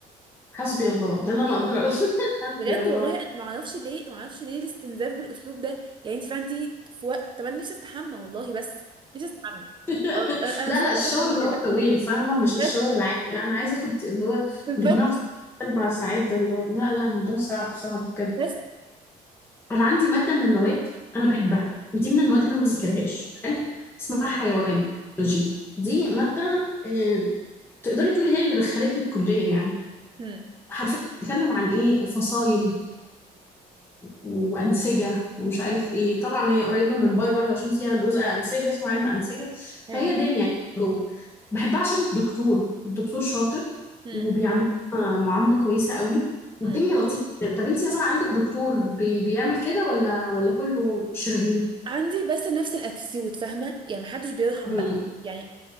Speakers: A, on the left; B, on the right.
A: حسبي الله ده اللي انا اقدر اقوله <laughs> حسبي
B: بجد
A: الله
B: والله ما اعرفش ليه ما اعرفش ليه الاستنزاف بالاسلوب ده يعني انت فعلا انتي في وقت طب انا نفسي استحمى والله بس نفسي استحمى
A: <laughs>
B: خلاص، انا أنا
A: لا
B: مش طالبه
A: لا الشاور
B: اكتر من
A: اللي
B: كده
A: هو الطويل فاهمه مش
B: بس
A: الشاور العادي لا انا عايزه اخد اللي هو
B: بالظبط
A: اللي بنقعد اربع ساعات ده اللي هو لا لا الموضوع صعب صعب
B: بس
A: انا عندي ماده من المواد انا
B: هم،
A: بحبها دي من المواد اللي انا ما بذاكرهاش حلو اسمها
B: هم،
A: حيوان بيولوجي دي ماده آه، تقدري تقولي هي اللي دخلتني الكليه يعني
B: هم،
A: حرفيا بتتكلم عن ايه فصائل وانسجه ومش عارف ايه طبعا هي قريبه من باي برضه عشان فيها جزء انسجه اسمه علم انسجه
B: ايوه
A: فهي دنيا يعني جوه بحبها عشان الدكتور الدكتور شاطر
B: هم،
A: وبيعمل معامله كويسه قوي والدنيا
B: هم.
A: لطيفه طب انتي مثلا عندك دكتور بي بيعمل كده ولا ولا كله شرير
B: عندي بس نفس الاتيتيود فاهمه يعني محدش بيرحم
A: مم.
B: بقى يعني